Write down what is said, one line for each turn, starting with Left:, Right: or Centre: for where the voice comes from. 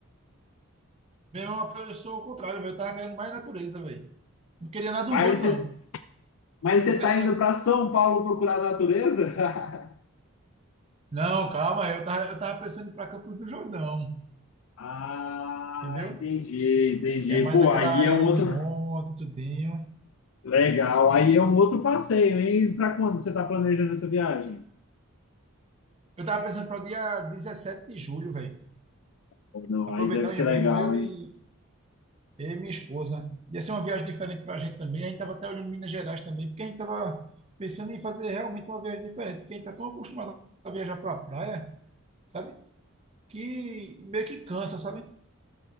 Right: Meu irmão, eu sou o contrário, velho, eu tava querendo mais natureza, velho. Não queria nada
Left: Mas
Right: urbano,
Left: você,
Right: não.
Left: mas
Right: Eu
Left: você
Right: queria.
Left: tá indo para São Paulo procurar natureza? <laughs>
Right: Não, calma, eu tava, eu tava pensando em ir pra Campos do Jordão,
Left: Ah,
Right: Entendeu?
Left: entendi, entendi.
Right: Que é mais
Left: Pô,
Right: aquela
Left: aí
Right: área
Left: é um
Right: ali
Left: outro.
Right: de monte, tudinho.
Left: Legal, aí é um outro passeio, hein? Para quando você tá planejando essa viagem?
Right: Eu tava pensando para o dia 17 de julho, velho.
Left: Ou Não,
Right: Aproveitar
Left: aí deve ser
Right: o inverno,
Left: legal,
Right: eu e,
Left: hein?
Right: Eu e minha esposa. Ia ser uma viagem diferente para a gente também. A gente estava até olhando Minas Gerais também, porque a gente estava pensando em fazer realmente uma viagem diferente, porque a gente está tão acostumado a viajar para a praia, sabe? Que meio que cansa, sabe?